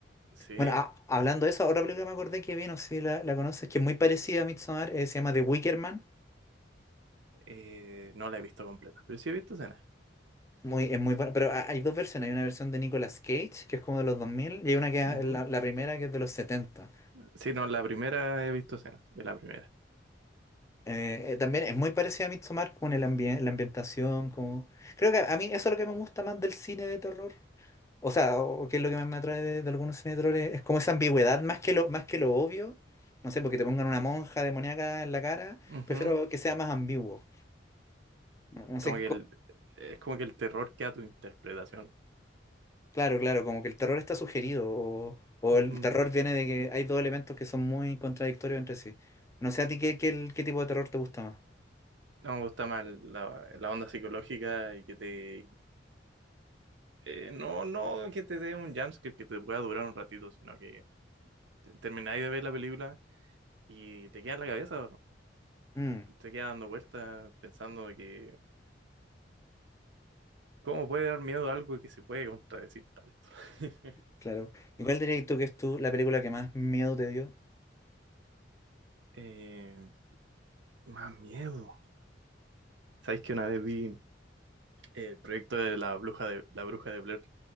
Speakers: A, on the right; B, on the left.
A: Sí,
B: Bueno, ah, hablando de eso, otra película que me acordé que vi, no sé si la, la conoces, que es muy parecida a Midsommar, eh, se llama The Wicker Man.
A: eh, no la he visto completa, pero sí he visto escenas.
B: Muy, es muy buena, pero ha- hay dos versiones. Hay una versión de Nicolas Cage, que es como de los 2000 y hay una que es
A: Ujú.
B: la, la primera, que es de los setenta
A: Sí, no, la primera he visto escenas, de la primera.
B: Eh, eh, también es muy parecida a Midsommar con el ambien- la ambientación. Como... Creo que a mí eso es lo que me gusta más del cine de terror. O sea, o, o que es lo que más me atrae de, de algunos cine de terror, es, es como esa ambigüedad, más que lo, más que lo obvio. No sé, porque te pongan una monja demoníaca en la cara,
A: Ujú.
B: prefiero que sea más ambiguo. No no sé
A: Como que el, es como que el terror queda a tu interpretación.
B: Claro, claro, como que el terror está sugerido o, o
A: Ujú.
B: el terror viene de que hay dos elementos que son muy contradictorios entre sí. No sé a ti qué, qué, qué tipo de terror te gusta más.
A: No me gusta más la, la onda psicológica y que te... eh, no, no que te dé un jumpscare que te pueda durar un ratito, sino que te- termináis de ver la película y te queda en la cabeza,
B: Mm,
A: te queda dando vueltas pensando de que ¿Cómo puede dar miedo algo que se puede contradecir tanto? <laughs>
B: claro. ¿Y cuál dirías tú que es tú la película que más miedo te dio?
A: Eh, más miedo. ¿Sabéis que una vez vi el proyecto de la bruja de la bruja de Blair?